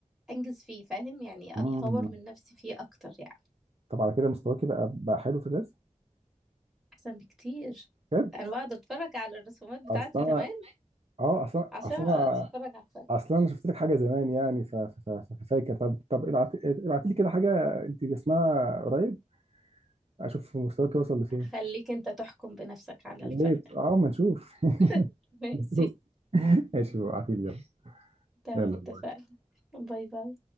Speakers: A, in the centre; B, on the right.
A: أنجز فيه فاهم يعني
B: مم.
A: أطور من نفسي فيه أكتر يعني
B: طب على كده مستواكي بقى بقى حلو في الرسم
A: أحسن بكتير
B: بجد
A: أنا بقعد أتفرج على الرسومات بتاعتي
B: اصل انا
A: زمان
B: اه اصل أنا-
A: عشان
B: اصل
A: أتفرج
B: انا
A: على الفرق
B: اصل انا شفت لك حاجه زمان يعني ف- ف- ف- ففاكر طب طب ابعت ابعت لي كده حاجه انت جسمها قريب اشوف مستواك وصل لفين
A: هخليك أنت تحكم بنفسك على
B: يا
A: الفرق
B: ريت اه ما نشوف <laughs>
A: <laughs> ماشي
B: نشوف. ماشي ابعتي لي يلا
A: تمام
B: يلا
A: اتفقنا باي باي